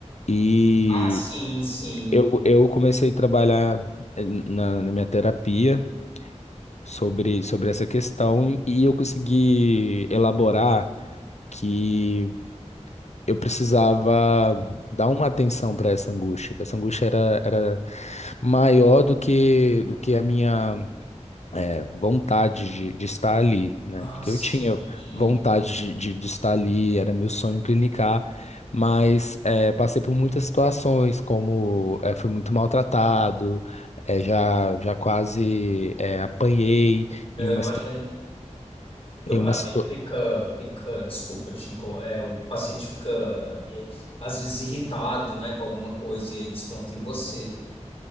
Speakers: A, on the left (about 65°); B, on the left (about 50°).
A: E
B: Ah, sim, sim.
A: eu, eu comecei a trabalhar eh, na na minha terapia. sobre, sobre essa questão e eu consegui elaborar que eu precisava dar uma atenção para essa angústia. que Essa angústia era, era maior do que, do que a minha é, vontade de, de estar ali, né?
B: Ah,
A: Porque
B: sim.
A: eu tinha vontade de, de, de estar ali, era meu sonho clinicar, mas é, passei por muitas situações, como é, fui muito maltratado, é, já, já quase é, apanhei
B: Eu
A: em uma
B: imagino que o
A: Em
B: paciente
A: uma situa...
B: fica, fica, desculpa, te inco- é, o paciente fica é, às vezes irritado, né, com alguma coisa e aí desconta em você.